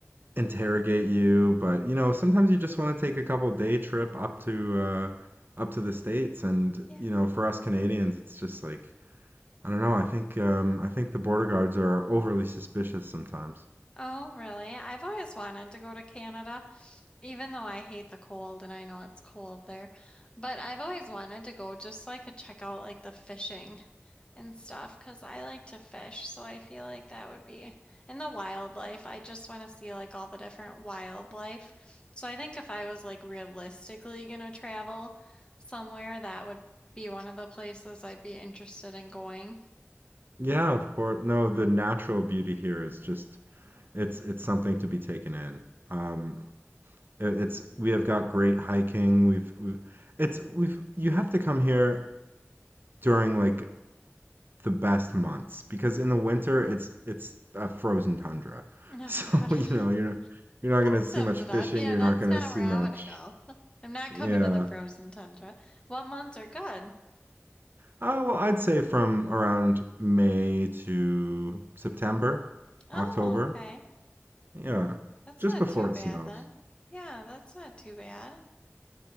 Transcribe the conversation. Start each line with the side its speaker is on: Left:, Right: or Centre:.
Right: interrogate you, but you know, sometimes you just want to take a couple day trip up to uh up to the States and
Left: Yeah.
Right: you know, for us Canadians, it's just like I don't know, I think um I think the border guards are overly suspicious sometimes.
Left: Oh, really? I've always wanted to go to Canada, even though I hate the cold and I know it's cold there. But I've always wanted to go just so I could check out like the fishing and stuff because I like to fish. So I feel like that would be in the wildlife. I just want to see like all the different wildlife. So I think if I was like realistically gonna travel somewhere, that would be one of the places I'd be interested in going.
Right: Yeah, of course. No, the natural beauty here is just it's it's something to be taken in. Um, It's we have got great hiking. We've, we've it's we've you have to come here during like the best months because in the winter it's it's a frozen tundra. <laughs>
Left: Oh,
Right: So,
Left: God.
Right: you
Left: <laughs>
Right: know, you're you're not
Left: That
Right: gonna see
Left: sums
Right: much
Left: it
Right: fishing,
Left: up. Yeah,
Right: you're
Left: that's
Right: not gonna
Left: not
Right: see
Left: where I
Right: much.
Left: want to go. <laughs> I'm not coming
Right: Yeah.
Left: to the frozen tundra. What months are good?
Right: Uh, well, I'd say from around May to September,
Left: Oh,
Right: October.
Left: okay.
Right: Yeah.
Left: That's
Right: Just
Left: not
Right: before
Left: too bad
Right: it snows.
Left: then. Yeah, that's not too bad.